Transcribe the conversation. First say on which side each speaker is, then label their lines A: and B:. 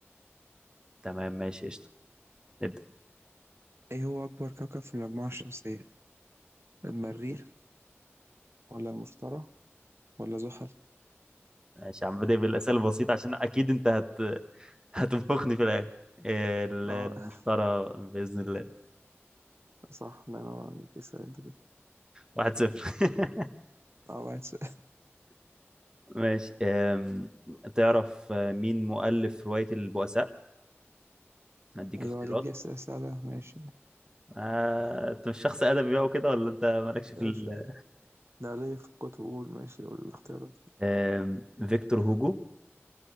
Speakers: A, on the right (about 20°); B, on the right (about 70°).
A: تمام ماشي قشطة نبدأ
B: إيه هو أكبر كوكب في المجموعة الشمسية المريخ ولا المشتري ولا زحل
A: ماشي يا عم بدأ بالأسئلة البسيطة عشان أكيد أنت هت... <laughs> هتنفخني في الآخر ال-
B: أه
A: المشترى
B: <laughs>
A: بإذن الله
B: صح الله ينور عليك اسأل أنت كده
A: واحد صفر <laughs>
B: أه واحد سؤال
A: ماشي أم... تعرف مين مؤلف رواية البؤساء؟ هديك
B: أيوه
A: اختيارات
B: عليك دي أسئلة سهلة ماشي
A: آه، انت مش شخص ادبي بقى وكده ولا انت مالكش في
B: ماشي
A: ال...
B: ده ليا في الكتب قول ماشي قول الاختيارات
A: آم، فيكتور هوجو